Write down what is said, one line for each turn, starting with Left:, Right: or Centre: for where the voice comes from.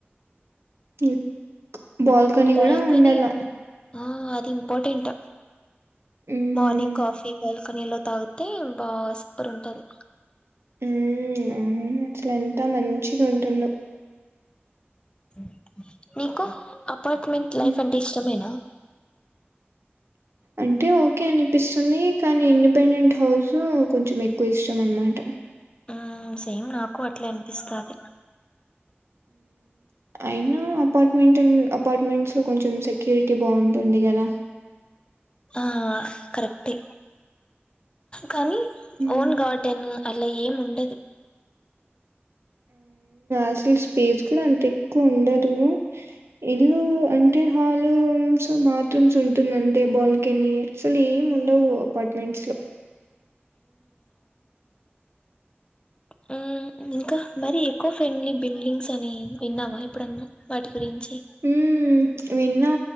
Right: మ్మ్ బాల్కనీ
Left: బాల్కనీ
Right: కూడా ఉండాల
Left: ఆ అది ఇంపార్టెంట్
Right: హ్మ్.
Left: మార్నింగ్ కాఫీ పై ఫనిలో తాగితే బా సూపర్ ఉంటది
Right: మ్మ్ అవును అసలు ఎంత మంచిగా ఉంటుందో
Left: <unintelligible> అపార్ట్మెంట్ లైఫ్
Right: హ్మ్.
Left: అంటే ఇష్టమేనా
Right: అంటే ఓకే అనిపిస్తుంది కానీ ఇండిపెండెంట్ హౌస్ కొంచెం ఎక్కువ ఇష్టం అనమాట
Left: ఆ సేమ్ నాకు అట్లే అనిపిస్తాది
Right: అయినా అపా మింటన్ అపార్ట్మెంట్స్ లో కొంచెం సెక్యూరిటీ బాగుంటుంది కదా
Left: ఆ కరెక్టే కానీ
Right: హ్మ్.
Left: ఓన్ గార్డెన్ అలా ఏం ఉండదు
Right: అసలు స్పేస్ కూడా అంత ఎక్కువ ఉండదు. ఇల్లు అంటే హాలు, రూమ్స్ బాత్రూమ్స్ ఉంటుంది. అంటే బాల్కనీ అసలు ఏమి ఉండవు అపార్ట్మెంట్స్ లో
Left: మ్మ్ ఇంకా మరి ఎకో ఫ్రెండ్లీ బిల్డింగ్స్ అని విన్నావా ఎప్పుడన్నా వాటి గురించి
Right: హ్మ్. విన్నా